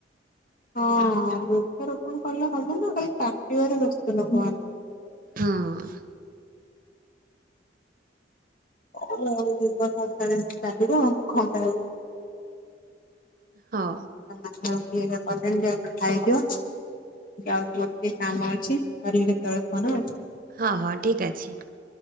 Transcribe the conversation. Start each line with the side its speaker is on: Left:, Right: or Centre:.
Left: ହଁ ବୃକ୍ଷ ରୋପଣ କଲେ ହବ ନା ଖାଲି କାଟିବାରେ ବ୍ୟସ୍ତ ଲୋକ ମାନେ।
Right: ହଁ।
Left: ହଉ ଆଉ ଯୁଗ ସଂସ୍ଥା ଯେମିତି ଚାଲିବ ଆଉ କଣ କରାଯିବ।
Right: ହଁ।
Left: ମାମା ରୁଟି ହେରିକା କଲେଣି ଯାଅଖାଇଦିଅ, ଯାଉଛି ମୋର ଟିକେ କାମ ଅଛି କରିବି କେତବେଳେ ଫୋନ ଆଉ।
Right: ହଁ ହଁ ଠିକ୍ ଅଛି।